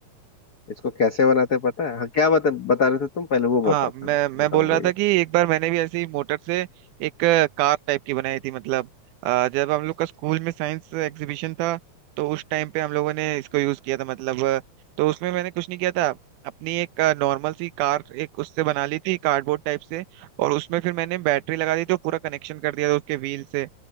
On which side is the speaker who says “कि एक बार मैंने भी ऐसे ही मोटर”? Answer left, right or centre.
Right